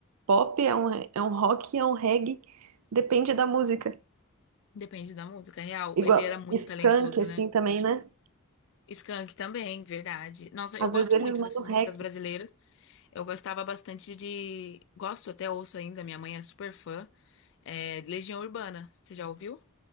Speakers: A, on the right (about 80°); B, on the left (about 60°).
A: pop, é um, é um rock, é um reggae, depende da música.
B: Depende da música. é Real,
A: Igual
B: ele era muito
A: Skank,
B: talentoso,
A: assim,
B: né?
A: também, né?
B: Skank também, verdade. Nossa, eu
A: Às
B: gosto
A: vezes eles
B: muito
A: mandam
B: dessas músicas
A: reggae.
B: brasileiras. Eu gostava bastante de. Gosto, até ouço ainda, minha mãe é super fã. É Legião Urbana. Você já ouviu?